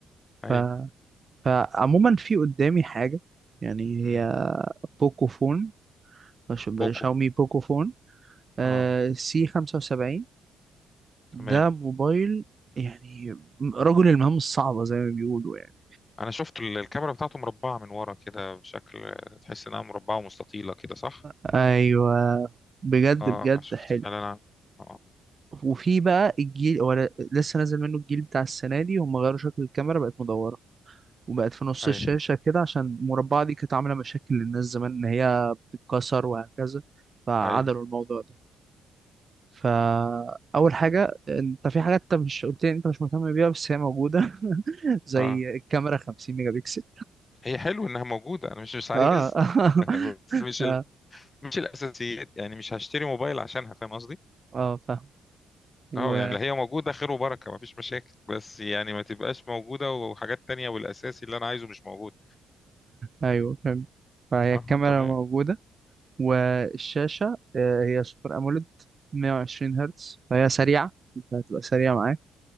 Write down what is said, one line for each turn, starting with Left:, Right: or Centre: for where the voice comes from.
Left: ايوه
Right: ف... فعموما في قدامي حاجه يعني
Left: امم
Right: هي بوكو فون مش-
Left: بوكو
Right: شاومي بوكو فون آه
Left: اه
Right: سي 75
Left: تمام
Right: ده موبايل يعني رجل المهام الصعبة زي ما بيقولوا يعني
Left: انا شفت ال- الكاميرا بتاعته مربعة من ورا كده بشكل تحس انها مربعة ومستطيلة كده صح
Right: ايوه بجد
Left: اه
Right: بجد
Left: شفت
Right: حلو
Left: فعلا آه.
Right: وفي بقى الجيل هو ل- لسه نازل منه الجيل بتاع السنة دي هم غيروا شكل الكاميرا بقت مدورة وبقت في نص
Left: ايوه
Right: الشاشة كده عشان المربعة دي كانت عاملة مشاكل للناس زمان ان هي بتتكسر وهكذا فعدلوا
Left: ايوه
Right: الموضوع ده فأول حاجة انت في حاجات انت مش قلت لي انت مش مهتم بيها بس هي موجودة <laughs> زي
Left: اه
Right: الكاميرا 50 ميجا بكسل
Left: هي حلو انها موجوده انا مش مش عايز
Right: اه
Left: <laughs> بس
Right: <laughs>
Left: مش ال... مش الاساسيات يعني مش هشتري موبايل عشانها فاهم قصدي
Right: اه فاهم و
Left: اه يعني اللي هي موجوده خير وبركه مفيش مشاكل بس يعني ما تبقاش موجوده وحاجات تانية والاساسي اللي انا عايزه مش موجود
Right: ايوه فاهم فهي
Left: اه
Right: الكاميرا
Left: تمام
Right: موجودة والشاشة آه، هي سوبر اموليد 120 هرتز فهي سريعة فهتبقى سريعة معاك